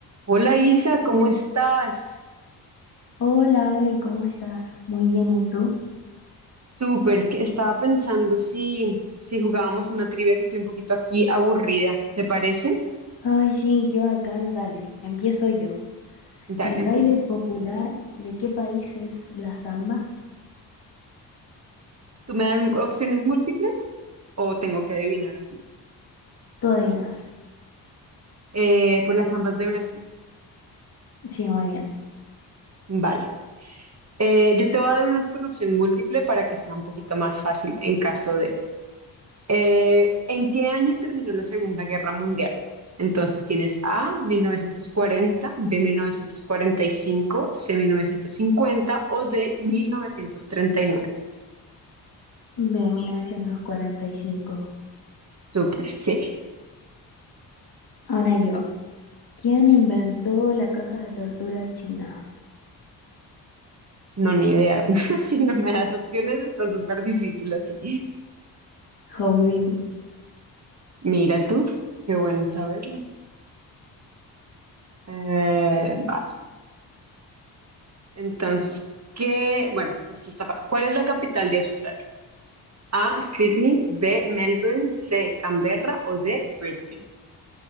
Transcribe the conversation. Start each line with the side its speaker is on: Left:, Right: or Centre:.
Right: Hola Isa, ¿cómo estás?
Left: Hola Ale, ¿cómo estás? Muy bien, ¿y tú?
Right: Súper, que estaba pensando si, si jugábamos una trivia que estoy un poquito aquí aburrida, ¿te parece?
Left: Ay, sí, qué bacán, dale, empiezo yo.
Right: Dale,
Left: ¿El baile
Right: empieza.
Left: popular de qué país es la samba?
Right: ¿Tú me das opciones múltiples o tengo que adivinar así?
Left: Tú adivinas.
Right: Eh, por las ambas de Brasil.
Left: Sí, muy bien.
Right: Vale. Eh, yo te voy a dar unas con opción múltiple para que sea un poquito más fácil en caso de... Eh, ¿en qué año terminó la Segunda Guerra Mundial? Entonces tienes A, 1940, B, 1945, C, 1950 o D, 1939.
Left: De 1945.
Right: Súper, sí.
Left: Ahora yo. ¿Quién inventó la caja de tortura china?
Right: No, ni idea. <laughs> Si no me das opciones, está súper difícil así.
Left: Houdini.
Right: Mira tú, qué bueno saberlo. Eh, vale. Entonces, ¿qué? Bueno, esto está fa- ¿Cuál es la capital de Australia? A, Sydney, B, Melbourne, C, Canberra o D, Brisbane.